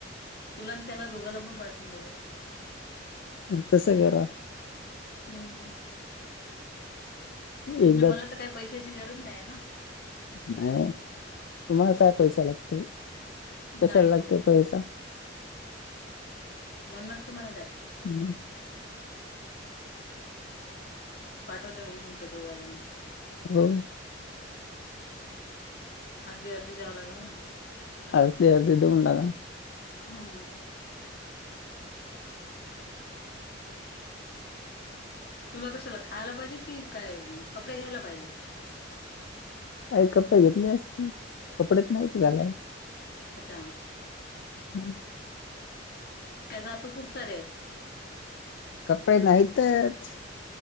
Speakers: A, on the left; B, on the left.
A: तुला त्याला दोघांला पण पाठवून देवूया.
B: मग तसं करा.
A: हम्म.
B: एकदा
A: म्हणजे मला तर काही पैशाची गरज नाय ना.
B: नाहीये तुम्हाला काय सात पैसा ला लागतो. कशाला
A: नाही
B: लागते
A: ना, कोण
B: पैसा
A: म्हण नसत मणा त्या
B: ह् <unintelligible>
A: पाठवते मग तुमच्या दोघांला मी.
B: हो!
A: अर्धी अर्धी द्यावं लागल ना.
B: अर्धी अर्धी देऊन टाका ना.
A: हम्म! <inaudible>
B: <inaudible>
A: तुला कशाला खायला पाहिजे कि काय कपडे घ्यायला पाहिजेत?
B: आय कपडे घेतली असते कपडेच नाहीत घालायला.
A: अच्छा!
B: <inaudible>
A: त्याचा अर्थ खूप सारे आहेत.
B: कपडे नाहीतच.